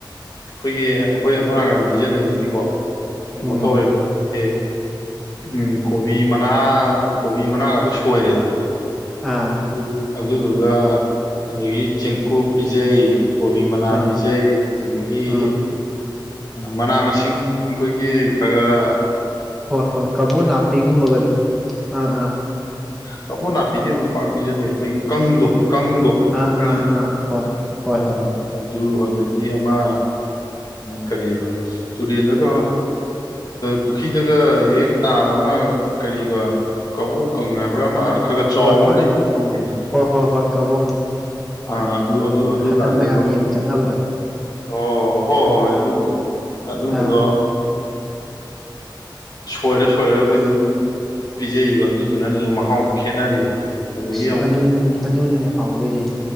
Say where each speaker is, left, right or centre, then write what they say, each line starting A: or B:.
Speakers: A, on the left (about 55°); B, in the centre.
A: ꯑꯩꯈꯣꯏꯒꯤ ꯑꯩꯈꯣꯏ ꯑꯗꯣꯝꯅꯅꯥꯀꯥꯟꯝ ꯄꯤꯖꯟꯅꯔꯤꯁꯤꯗꯤꯀꯣ ꯀꯩꯅꯩꯅꯣ
B: ꯎꯝ
A: ꯇꯧꯋꯦꯕ ꯑꯦ ꯎꯝ ꯀꯣꯕꯤ ꯃꯅꯥ ꯀꯣꯕꯤ ꯃꯅꯥꯒꯗꯣ ꯁꯣꯏꯔꯦꯗꯅ
B: ꯑꯥ
A: ꯑꯗꯨ ꯑꯗꯨꯗꯨꯒ ꯑꯗꯒꯤ ꯆꯦꯡꯀꯨꯞ ꯄꯤꯖꯩ ꯀꯣꯕꯤ ꯃꯅꯥ
B: ꯑꯥ
A: ꯄꯤꯖꯩ ꯑꯗꯒꯤ
B: ꯑꯥ
A: ꯃꯅꯥ ꯃꯁꯤꯡ ꯑꯩꯈꯣꯏꯒꯤ ꯈꯔ ꯈ
B: ꯍꯣꯏ ꯍꯣꯏ ꯀꯕꯣ ꯅꯥꯄꯤꯒꯨꯝꯕꯒꯗꯣ ꯑꯥ ꯑꯥ
A: ꯀꯕꯣ ꯅꯥꯄꯤꯗꯦ ꯑꯃꯨꯛ ꯄꯥꯛꯕꯤꯖꯗꯦ ꯑꯩꯈꯣꯏ ꯀꯥꯡꯗꯣ ꯀꯗꯣ
B: ꯑꯥ
A: ꯈꯪꯉꯤꯅ
B: ꯑꯥ ꯑꯥ ꯑꯥ ꯍꯣꯏ ꯍꯣꯏ
A: ꯑ
B: ꯍꯣꯏ
A: ꯑꯗꯨ ꯑꯗꯨ ꯑꯗꯒꯤ ꯑꯃ ꯀꯔꯤꯕ ꯇꯨꯔꯦꯟꯗꯒ ꯄꯨꯈ꯭ꯔꯤꯗꯒ ꯍꯦꯛ ꯇꯥꯕ ꯑꯃ ꯀꯔꯤꯕ ꯀꯕꯣꯛꯀꯥꯏꯕ ꯈ ꯑꯃ ꯈꯔ ꯈꯔ ꯆꯥꯎꯕ
B: ꯍꯣꯏ ꯍꯣꯏ
A: ꯑꯃ ꯂꯩꯕ ꯈꯪꯕꯅ
B: ꯍꯣꯏ ꯍꯣꯏ ꯍꯣꯏ ꯀꯕꯣ
A: ꯑꯥ ꯑꯗꯨ ꯑꯗꯨ ꯑꯗꯨꯥꯁꯦ
B: ꯍꯟꯗꯛ ꯃꯌꯥꯝ
A: ꯑꯗꯨꯝ
B: ꯌꯦꯡ ꯆꯠꯅꯕꯗꯣ
A: ꯑꯣ ꯍꯣꯏ ꯍꯣꯏ ꯍꯣꯏ ꯑꯗꯨꯝꯕꯗꯣ ꯑꯗꯨꯝꯕꯗꯣ
B: ꯑꯥ
A: ꯁꯣꯏꯔ ꯁꯣꯏꯔꯒ ꯑꯩꯈꯣꯏꯗꯤ ꯑꯗꯨꯝ ꯄꯤꯖꯩꯕ ꯑꯗꯨꯗꯨꯅꯅꯦ ꯃꯍꯥꯎꯗꯣ ꯈꯦꯠꯅꯔꯤꯗꯣ ꯑꯗꯒꯤ
B: ꯑꯁ ꯑꯗꯨꯅꯤ ꯑꯗꯨꯅꯤꯅꯦ ꯍꯥꯎꯗꯣꯏꯁꯦ